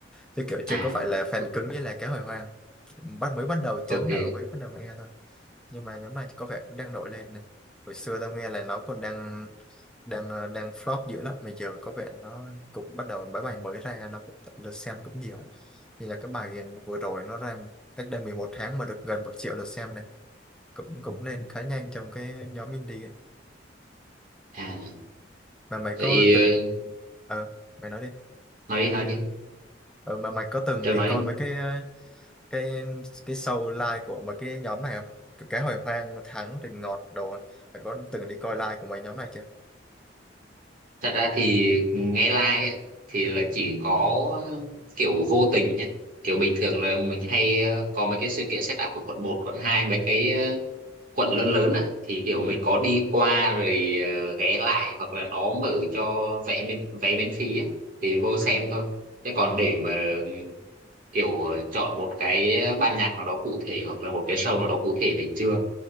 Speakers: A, in the centre; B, on the right.
A: chứ kiểu chưa
B: à
A: có phải là fan
B: o-
A: cứng như là cái hồi hoang bắt mới bắt đầu chấm
B: ok
A: nợ mới bắt đầu nghe thôi nhưng mà nhóm này thì có vẻ cũng đang nổi lên này. hồi xưa tao nghe là nó còn đang đang ờ, đang flop dữ lắm mà giờ có vẻ nó cũng bắt đầu mấy bài mới ra nó cũng lượt xem cũng nhiều như là cái bài vừa rồi nó ra cách đây 11 tháng mà được gần một triệu lượt xem này cũng cũng lên khá nhanh trong cái nhóm indie ạ.
B: à
A: mà mày
B: vậy
A: có từng
B: ờ,
A: ờ mày nói đi
B: nói đi nói đi
A: ờ mà mày có từng
B: Trường
A: đi
B: nói
A: coi
B: đi
A: mấy cái ờ, cái cái show live của mấy cái nhóm này không cái hồi hoang thắng rình ngọt đồ á. mày có từng đi coi live của mấy nhóm này chưa
B: thật ra thì nghe like ấy, thì là chỉ có ờ, kiểu vô tình nhé kiểu bình thường là mình hay ờ, có mấy cái sự kiện setup của quận một quận hai mấy cái ờ, quận lớn lớn ạ thì kiểu mình
A: ừ
B: có đi qua rồi ờ, ghé lại hoặc là nó mở cho vé miễn vé miễn phí ấy, thì vô xem
A: ừ
B: thôi thế còn để mà kiểu ờ, chọn một cái ban nhạc nào đó cụ thể hoặc là một cái show nào đó cụ thể thì chưa